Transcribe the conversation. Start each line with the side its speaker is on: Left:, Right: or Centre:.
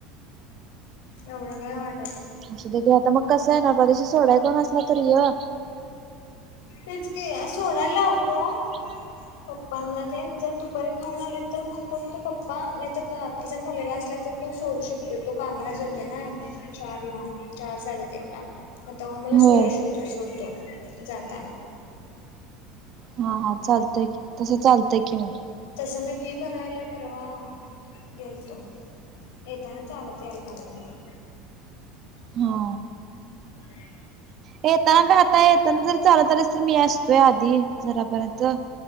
Left: एवढं काय वाट
Right: अ क आता मग कसं, आहेणार बाजशी सोडाय कोण असला, तरी य- <inaudible>
Left: तेच के सोडायला लावतो.
Right: ह <unintelligible>
Left: पप्पांना दे जर दुपारी खाऊन आली तर मग कोणतो पप्पा नाही, तर तिच्या मुलेला असला तर. तो सोडू शकतोय तो कामाला जातोय, ना चार ला चार साडेतीन ला. आता मला
Right: होय
Left: सोडू शकतो, सोडतो जाताना.
Right: हा हा चालतय की तसं चालतय की मग.
Left: तसं मी फी भरायला परवा गेल तो. येत ह चालच यायला लागलं मला.
Right: हा
Left: हम्म <unintelligible>
Right: येताना का आता येताना जर चालत, आलेस तर मी असतोय आधी जरापर्यंत.